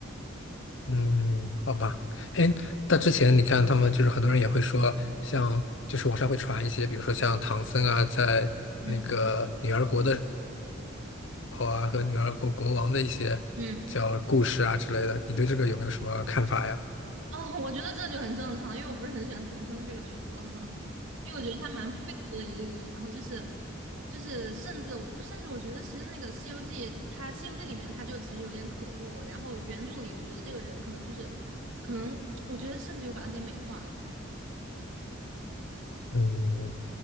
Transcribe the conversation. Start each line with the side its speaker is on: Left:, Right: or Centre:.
Left: 嗯，好吧，哎，那之前你看他们就是很多人也会说，像就是网上会传一些，比如说像唐僧啊，在那个女儿国的时
Right: 嗯
Left: 候啊，和女儿国国王的一些叫故事啊之类的，
Right: 嗯，
Left: 你对这个有没有什么看法呀？
Right: 哦，我觉得这就很正常，因为我不是很喜欢唐僧这个角色，<laughs> 因为我觉得他蛮废物的一个人，然后就是就是甚至我甚至我觉得其实那个《西游记》它《西游记》里面他就其实有点可恶了，然后原著里我觉得这个人可能就是可能我觉得甚至有把他给美化。
Left: 嗯，